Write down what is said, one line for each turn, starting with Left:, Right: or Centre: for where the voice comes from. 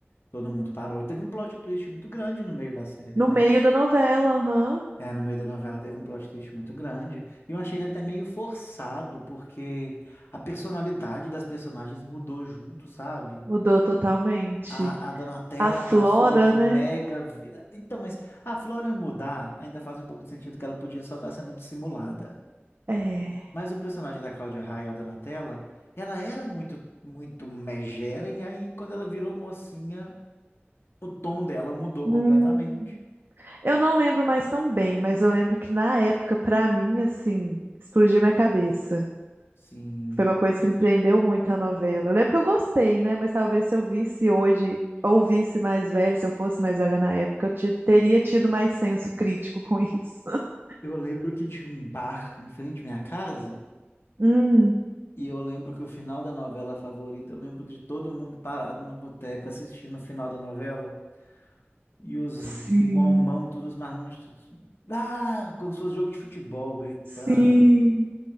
Left: Todo mundo parou. Teve um plot twist muito grande no meio da série,
Right: No
Left: né?
Right: meio da novela, aham.
Left: É, no meio da novela teve um plot twist muito grande. E eu achei ele até meio forçado, porque a personalidade das personagens mudou junto, sabe?
Right: Mudou totalmente.
Left: A, a Donatella
Right: A Flora,
Left: passou de
Right: né?
Left: mega. vi- Então, mas a Flora mudar ainda faz um pouco de sentido que ela podia só estar sendo dissimulada.
Right: É.
Left: Mas o personagem da Cláudia Raia, a Donatella, ela era muito, muito megera, e aí quando ela virou mocinha, o tom dela mudou
Right: Hum.
Left: completamente.
Right: Eu não lembro mais tão bem, mas eu lembro que na época, pra mim, assim, explodiu minha cabeça.
Left: Sim.
Right: Foi uma coisa que me prendeu muito a novela. Eu lembro que eu gostei, né? Mas talvez se eu visse hoje, ou visse mais velho, se eu fosse mais velha na época, eu ti- teria tido mais senso crítico com isso. <laughs>
Left: Eu lembro que tinha um bar em frente à minha casa,
Right: Hum,
Left: e eu lembro que o final da novela favorita, eu lembro de todo mundo parado no boteco assistindo o final da novela. E os
Right: sim,
Left: mamão, todos os marmanjos, todos, ah, como se fosse jogo de futebol, gritando.
Right: sim.